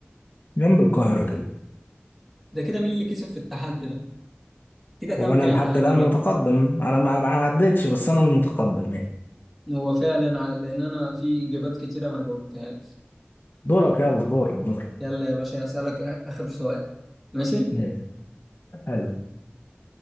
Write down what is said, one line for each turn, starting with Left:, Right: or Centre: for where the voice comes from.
Left: جنب القاهرة كده
Centre: ده كده مين اللي كسب في التحدي ده؟ كده كام
Left: هو أنا
Centre: كام
Left: لحد
Centre: لحد
Left: الآن
Centre: دلوقتي؟
Left: متقدم أنا ما ما عدتش بس أنا المتقدم يعني
Centre: هو فعلا ع- لان انا في اجابات كتيره ما جاوبتهاش
Left: دورك يلا دورك دورك
Centre: يلا يا باشا اسالك آ- اخر سؤال ماشي
Left: ماشي حلو